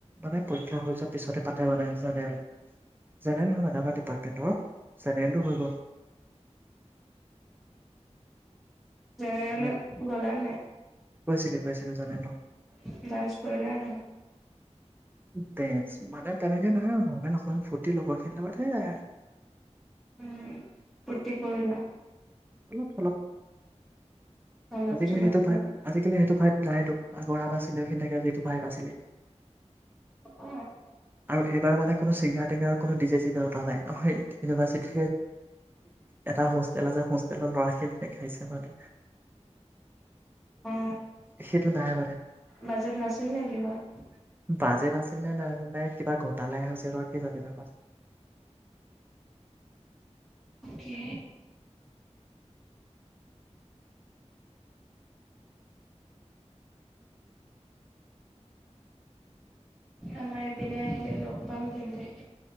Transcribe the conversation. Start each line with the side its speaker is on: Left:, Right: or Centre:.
Right: মানে পৰীক্ষা হৈ যোৱা পিছতে পাতে মানে ল হয় মানে আমাৰ ডিপাৰ্টমেণ্টৰ জেনেৰেলটো হৈ গ'ল।
Centre: জেনেৰেলত
Right: আমাৰ
Centre: গলানে নাই।
Right: গৈছিলো গৈছিলো জেনেৰেলত
Centre: ডান্স কৰিলা নে নাই
Right: ডেন্চ মানে তেনেকে নহয় নহলে অকমান ফূৰ্তি লগৰ খিনি লগ যায় আৰু
Centre: উম ফূৰ্তি কৰিলা
Right: অলপ চলপ
Centre: অলপ
Right: আজিকালি
Centre: চলপ
Right: সেইটো
Centre: কৰিলা
Right: ভাই আজিকালি সেইটো ভাইভ নাইতো আগৰ বা চখিনেঙ যিটো ভাইভ আছিলে
Centre: অ
Right: আৰু এইবাৰো মানে কোনো চিংগাৰ টিংগাৰ কোনো ডি জ চিত নাই আমাৰ ইউনিভাৰ্চিটি এটা হ হোলা যে হোষ্টেলত ল'ৰা খেলহে খাইছে পালে।
Centre: অ
Right: সেইটো নাই মানে
Centre: বাজেত নাছিল নে কিবাৰ
Right: বাজেট আছিল নে নাই কিবা গোটালাইছিল ব কি জানিবা প
Centre: কি আমাৰ এইপিনে আহিলে লগ পাম তেন্তে